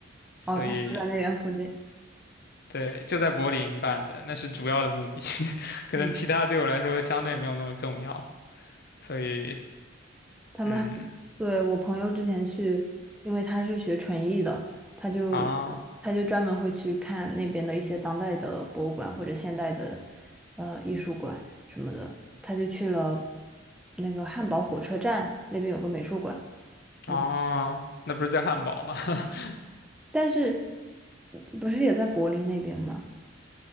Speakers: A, on the left; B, in the centre.
A: 所以
B: 哦，它就在那边附近。
A: 对，就在柏林办的，那是主要的目的。<laughs> 可能其他对我来说相对没有那么重要，
B: 嗯。
A: 所以
B: 他们还
A: 嗯
B: 对我朋友之前去，因为他是学纯艺的，他就
A: 啊
B: 他就专门会去看那边的一些当代的博物馆或者现代的呃艺术馆什么的。他就去了那个汉堡火车站那边有个美术馆，我不
A: 啊，那不是在汉堡吗？<laughs>
B: 但是不是也在柏林那边吗？